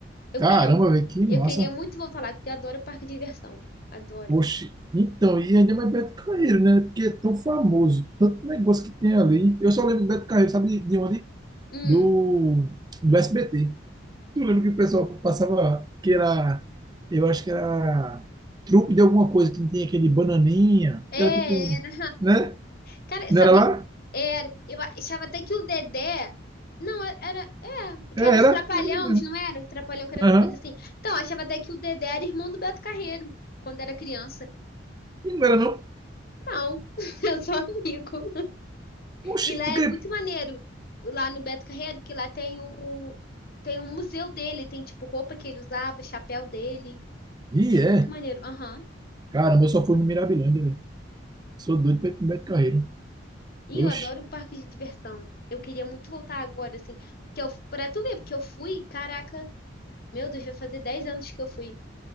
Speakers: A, on the left; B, on the right.
A: Eu
B: Caramba,
A: queria,
B: velho, que
A: eu
B: massa.
A: queria muito voltar lá, porque eu adoro parque de diversão. Adoro.
B: Oxe. Então, e ainda mais Beto Carreiro, né? Porque é tão famoso, tanto negócio que tem ali. Eu só lembro de Beto Carreiro, sabe de de onde?
A: Hum,
B: Do, do SBT. Eu lembro que o pessoal passava, que era, eu acho que era trupe de alguma coisa, que tem aquele bananinha,
A: é,
B: que era tipo, um-
A: era.
B: né?
A: Cara, eu
B: Não
A: sabia.
B: era lá?
A: Era, eu achava até que o Dedé. Não, é, era. É, que
B: É, era.
A: era os Trapalhões,
B: Era mesmo.
A: não era? O Trapalhão, que era
B: Aham.
A: alguma coisa assim. Então, eu achava até que o Dedé era irmão do Beto Carreiro, quando era criança.
B: E não era não.
A: Não, <laughs> eu sou amigo.
B: Oxi,
A: E lá
B: porque...
A: é muito maneiro, lá no Beto Carreiro, que lá tem o. Tem um museu dele, tem tipo roupa que ele usava, chapéu dele.
B: Ih,
A: É muito
B: é.
A: maneiro. Aham.
B: Caramba, eu só fui no Mirabilândia, velho. Sou doido pra ir pro Beto Carreiro.
A: E
B: Oxi.
A: eu adoro parque de diversão. Eu queria muito voltar agora, assim. Que eu, pra tu ver, porque eu fui, caraca. Meu Deus, vai fazer 10 anos que eu fui.